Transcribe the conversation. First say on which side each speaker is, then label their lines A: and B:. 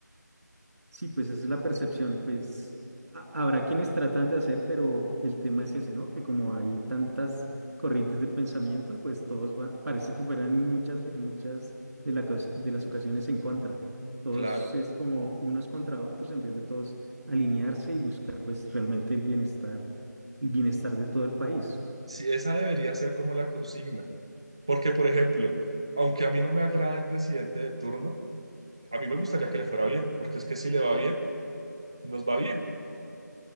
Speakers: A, on the right (about 65°); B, on the right (about 15°).
A: Sí, pues esa es la percepción, pues ha- habrá quienes tratan de hacer, pero el tema es ese, ¿no? Que como hay tantas corrientes de pensamiento, pues todos va- parece que fueran en muchas, en muchas de, la cos- de las ocasiones en contra. Todos
B: Claro.
A: es como unos contra otros en vez de todos alinearse y buscar pues realmente el bienestar, el bienestar de todo el país.
B: Sí, esa debería ser como la consigna. Porque, por ejemplo, aunque a mí no me agrade el presidente de turno, a mí me gustaría que le fuera bien, porque es que si le va bien, nos va bien.